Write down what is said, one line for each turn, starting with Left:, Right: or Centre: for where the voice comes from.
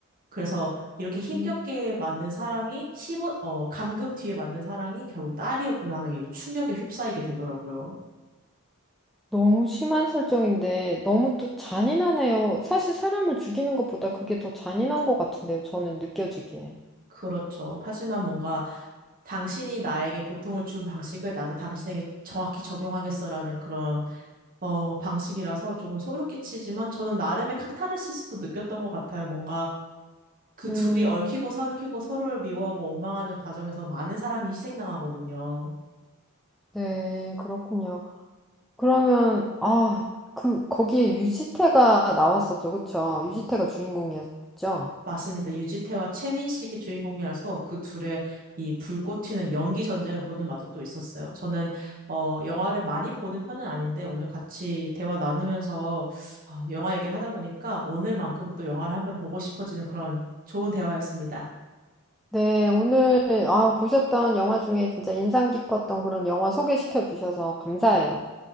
Right: 그래서 이렇게 힘겹게
Centre: 음,
Right: 만든 사랑이 15, 어, 감금 뒤에 만든 사랑이 결국 딸이었구나 하는 이런 충격에 휩싸이게 되더라고요.
Centre: 너무 심한 설정인데 너무 또 잔인하네요. 사실 사람을 죽이는 것보다 그게 더 잔인한 것 같은데요. 저는 느껴지기에.
Right: 그렇죠. 하지만 뭔가 당신이 나에게 고통을 준 방식을 나도 당신에게 정확히 적용하겠어라는 그런 어, 방식이라서 조금 소름 끼치지만 저는 나름의 카타르시스도 느꼈던 것 같아요. 뭔가 그
Centre: 음,
Right: 둘이 얽히고 설키고 서로를 미워하고 원망하는 과정에서 많은 사람이 희생당하거든요.
Centre: 네, 그렇군요. 그러면 아, 그 거기에 유지태가 나왔었죠. 그쵸? 유지태가 주인공이었죠.
Right: 맞습니다. 유지태와 최민식이 주인공이라서 그 둘의 이 불꽃 튀는 연기 전쟁을 보는 맛도 또 있었어요. 저는 어, 영화를 많이 보는 편은 아닌데 오늘 같이 대화 나누면서 어, 영화 얘기를 하다 보니까 오늘만큼은 또 영화를 한편 보고 싶어지는 그런 좋은 대화였습니다.
Centre: 네, 오늘 아, 보셨던 영화 중에 진짜 인상 깊었던 그런 영화 소개시켜 주셔서 감사해요.